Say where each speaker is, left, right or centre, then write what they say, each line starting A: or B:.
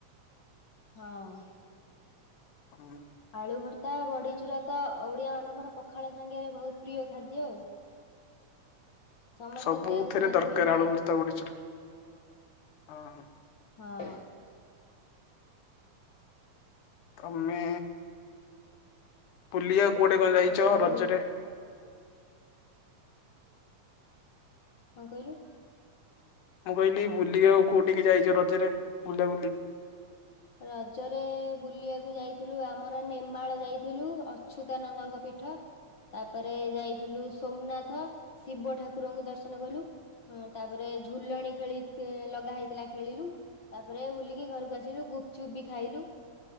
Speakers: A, on the left (about 60°); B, on the left (about 85°).
A: ହଁ
B: ହଁ
A: ଆଳୁ ଭର୍ତ୍ତା ବଢିଚୁରା ତ ଓଡ଼ିଆ ମାନଙ୍କର ପଖାଳ ସାଙ୍ଗେରେ ବହୁତ ପ୍ରିୟ ଖାଦ୍ୟ ଆଉ ସମସ୍ତେ
B: ସବୁଥିରେ
A: ସେଇଆକୁ ଖାଆନ୍ତି
B: ଦରକାର
A: ସବୁବେଳେ
B: ଆଳୁ
A: ଆଉ
B: ଭର୍ତ୍ତା ବଡିଚୁରା। ହଁ
A: ହଁ
B: ତମେ ପୁଲିଆ କୁଆଡେ କଣ ଯାଇଛ
A: ଆଉ
B: ରଜରେ
A: କଣ କହିଲୁ?
B: ମୁଁ କହିଲି ବୁଲିି ଆଉ କୋଉଠିକି ଯାଇଛ ରଜରେ ବୁଲାବୁଲି?
A: ରଜରେ ବୁଲିବାକୁ ଯାଇଥିଲୁ ଆମର ନେମାଳ ଯାଇଥିଲୁ ଅଚ୍ୟୁତାନନ୍ଦଙ୍କ ପୀଠ। ତାପରେ ଯାଇଥିଲୁ ସୋମନାଥ ଶିବ ଠାକୁରଙ୍କୁ ଦର୍ଶନ କଲୁ। ହଁ ତାପରେ ଝୁଲଣି ଖେଳି ଲଗା ହେଇଥିଲା ଖେଳିଲୁ। ତାପରେ ବୁଲିକି ଘରକୁ ଆସିଲୁ ଗୁ ଗୁପଚୁପ୍ ବି ଖାଇଲୁ